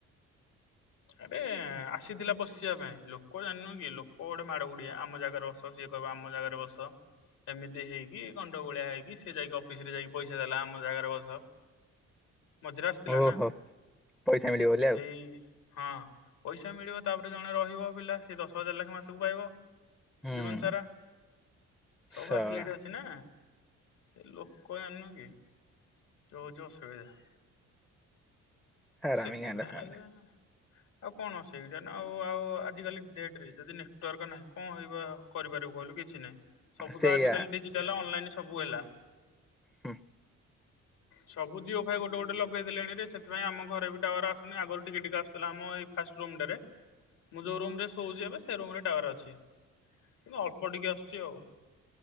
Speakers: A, on the left; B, in the centre.
A: ଆରେ ଆସିଥିଲା ବସିବା ପାଇଁ ଲୋକ ଜାଣିନ କି ଲୋକ ଗୋଟେ ମାଡ ଗୁଡିଆ ଆମ ଜାଗାରେ ବସ ସିଏ କହିବ ଆମ ଜାଗାରେ ବସ ଏମିତି ହେଇକି ଗଣ୍ଡଗୋଳିଆ ହେଇକି ସିଏ ଯାଇକି ଅଫିସ୍ ରେ ଯାଇକି ପଇସା ଦେଲା ଆମ ଜାଗାରେ ବସ। ମଝିରେ ଆସିଥିଲା
B: ଓହୋ
A: ନା
B: ପଇସା ମିଳିବ ବୋଲି ଆଉ
A: ଏଇ ହଁ ପଇସ ସା ମିଳିବ ତାପରେ ଜଣେ ରହିବ ପିଲା ସେ ଦଶ ହଜାର ଲେଖା ମାସକୁ ପାଇବ।
B: ହୁଁ
A: ଜୀବନ ସାରା ସବୁ
B: ଶଳା
A: ଫାସିଲିଟି ଅଛି ନା। ସେ ଲୋକ ପୁଅ ଜାଣିନୁକି ଯୋ ହଉଚୁ ଅସୁବିଧା।
B: ହାରାମି
A: ସେଥିପାଇଁ
B: ଗାଁ ଟା ସେମାନେ
A: ଆରେ ଆଉ କଣ ସେଇଟା ନା ଆଉ ଆଉ ଆଜିିକାଲି ଡେଟ୍ ରେ ଯଦି ନେଟୱାର୍କ ନାହିଁ କଣ ହେଇବା କରିପାରିବୁ କହିଲୁ କିଛି ନାହିଁ। ସବୁ
B: ସେଇଆ
A: ତ ଆଜିିକାଲି ଡିଜିଟାଲ୍ ଅନଲାଇନ୍ ସବୁ ହେଲା।
B: ହୁଁ
A: ସବୁ ଜିଓ ଫାଇ ଗୋଟେ ଗୋଟେ ଲଗେଇ ଦେଲେଣି ରେ ସେଥିପାଇଁ ଆମ ଘରେ ବି ଟାୱାର୍ ଆସୁନି, ଆଗରୁ ଟିକେ ଟିକେ ଆସୁଥିଲା ଆମ ଏଇ ଫାଷ୍ଟ ରୁମ୍ ଟରେ, ମୁଁ ଯୋଉ ରୁମ୍ ରେ ଶୋଉଚି ଏବେ ସେ ରୁମ୍ ରେ ଟାୱାର୍ ଅଛି, କିନ୍ତୁ ଅଳ୍ପ ଟିକେ ଆସୁଚି ଆଉ।